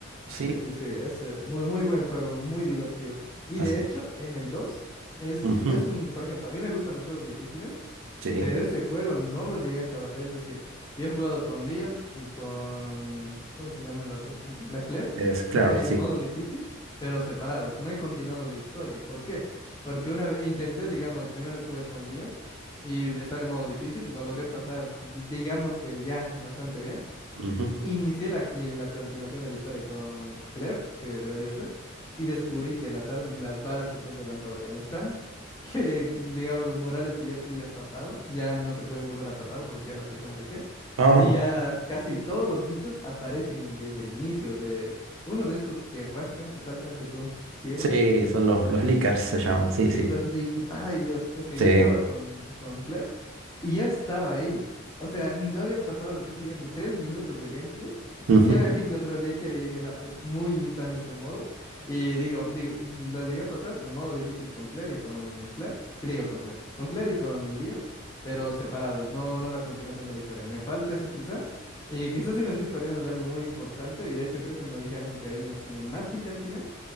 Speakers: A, on the right; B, on the left.
A: Sí,
B: Sí, sí, sí, es eh, muy, muy buen juego, muy divertido. Y
A: así.
B: de hecho, en el 2 es,
A: Ujú.
B: es un, por ejemplo, a mí me gustan los juegos difíciles.
A: Sí,
B: Pero ese juego no lo llegué a acabar. Es decir, yo he jugado con Leon y con... ¿Cómo se llama la otra chiquita? La Claire,
A: es Claire,
B: <laughs> en
A: sí.
B: modo difícil, pero separados. No he continuado la historia. ¿Por qué? Porque una vez intenté, digamos, primero jugué con Leon y estaba en modo difícil, lo logré pasar, vi- digamos que ya bastante bien.
A: Ujú.
B: Inicié la, eh, la continuación de la historia con Claire, que debería ser, y descubrí que las, arm- las balas que tú has levantado ya no están, <laughs> que digamos los murales que ya tú ya has tapado, ya no se pueden volver a tapar porque ya las has hecho no sé qué,
A: Ah,
B: y ya casi todos los bichos aparecen desde el inicio de uno de estos que rascan, que saltan, que son ciegos.
A: sí, son los, los leakers se llaman, sí,
B: Sí,
A: sí.
B: los leakers. Ay, Dios. Es que
A: Sí.
B: yo entraba con, con Claire y ya estaba ahí. O sea, no había pasado, qué sé yo, ni tres minutos de gameplay <laughs> y
A: Ujú.
B: ya me <laughs> encontró el leaker y dije, no, es muy insano este modo. Y digo, digo, lo llegué a pasar en modo difícil con Claire y con Claire. Digo, con Claire. Con Claire y con Leon, pero separados, no, no la continuación de la historia. Me falta eso quizá. Y quizás sí me estoy perdiendo de algo muy importante y de hecho creo que me dijeron que hay una cinemática al final,